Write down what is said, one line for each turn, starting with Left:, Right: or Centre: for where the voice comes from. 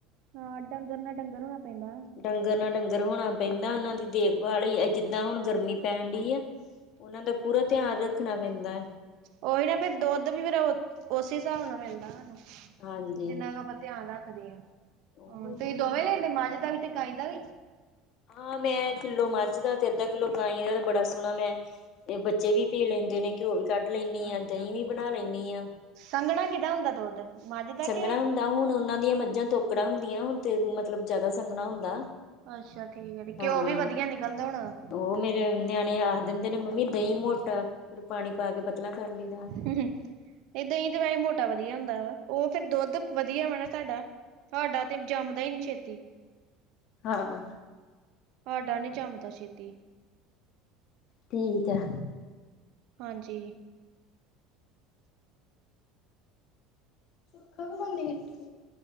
Right: ਹਾਂ, ਡੰਗਰ ਨਾਲ ਡੰਗਰ ਹੋਣਾ ਪੈਂਦਾ।
Left: ਡੰਗਰ ਨਾਲ ਡੰਗਰ ਹੋਣਾ ਪੈਂਦਾ, ਉਹਨਾਂ ਦੀ ਦੇਖਭਾਲ ਹੀ, ਜਿੱਦਾਂ ਹੁਣ ਗਰਮੀ ਪੈਣ ਡਈ ਆ। ਉਹਨਾਂ ਦਾ ਪੂਰਾ, ਧਿਆਨ ਰੱਖਣਾ ਪੈਂਦਾ।
Right: ਉਹੀ ਨਾ, ਫਿਰ ਦੁੱਧ ਵੀ, ਫਿਰ ਉਸੇ ਹਿਸਾਬ ਨਾਲ ਮਿਲਦਾ ਸਾਨੂੰ।
Left: ਹਾਂਜੀ
Right: ਜਿੰਨਾ ਕੁ ਆਪਾਂ ਧਿਆਨ ਰੱਖਦੇ ਹਾਂ,
Left: ਉਹ
Right: ਹ
Left: ਇਹਨਾਂ
Right: ਤੁਸੀਂ
Left: ਫਿਰ
Right: ਦੋਵੇਂ ਲੈਂਦੇ ਮੱਝ ਦਾ ਵੀ ਤੇ, ਗਾਈਂ ਦਾ ਵੀ?
Left: ਹਾਂ, ਮੈਂ ਕਿੱਲੋ ਮੱਝ ਦਾ, ਤੇ ਅੱਧਾ ਕਿੱਲੋ ਗਾਈਂ ਦਾ ਤੇ, ਬੜਾ ਸੋਹਣਾ ਮੈਂ ਬੱਚੇ ਵੀ, ਪੀ ਲੈਂਦੇ ਨੇ, ਘਿਓ ਵੀ ਕੱਢ ਲੈਂਦੀ ਆ,
Right: ਅੱਛਾ,
Left: ਦਹੀਂ ਵੀ ਬਣਾ ਲੈਂਦੀ ਆਂ।
Right: ਸੰਘਣਾ, ਕਿਹਦਾ ਹੁੰਦਾ ਦੁੱਧ? ਮੱਝ ਦਾ
Left: ਸੰਘਣਾ
Right: ਕੇ
Left: ਹੁੰਦਾ, ਹੁਣ ਉਹਨਾਂ ਦੀਆਂ ਮੱਝਾਂ, ਤੋਕੜਾਂ ਹੁੰਦੀਆਂ ਤੇ ਮਤਲਬ ਜ਼ਿਆਦਾ ਸੰਘਣਾ ਹੁੰਦਾ।
Right: ਅੱਛਾ ਠੀਕ ਹੈ।
Left: ਹਾਂ
Right: ਘਿਓ ਵੀ ਵਧੀਆ ਨਿਕਲਦਾ ਹੋਣਾ?
Left: ਉਹ ਮੇਰੇ ਨਿਆਣੇ ਆਖ ਦਿੰਦੇ ਨੇ, ਮੰਮੀ ਦਹੀਂ ਮੋਟਾ, ਫਿਰ ਪਾਣੀ ਪਾ ਕੇ, ਪਤਲਾ ਕਰ ਲਈਦਾ।
Right: ਹ ਨਹੀਂ -ਦਹੀਂ ਤੇ ਵੈਸੇ ਮੋਟਾ ਵਧੀਆ ਹੁੰਦਾ ਵਾ, ਉਹ ਫਿਰ ਦੁੱਧ ਵਧੀਆ ਹੋਣਾ ਤੁਹਾਡਾ? ਸਾਡਾ, ਤੇ ਜੰਮਦਾ ਹੀ ਨੀ ਛੇਤੀ।
Left: ਹਾਂ।
Right: ਸਾਡਾ ਨੀ, ਜੰਮਦਾ ਛੇਤੀ।
Left: ਠੀਕ ਹੈ।
Right: ਹਾਂਜੀ।
Left: <unintelligible>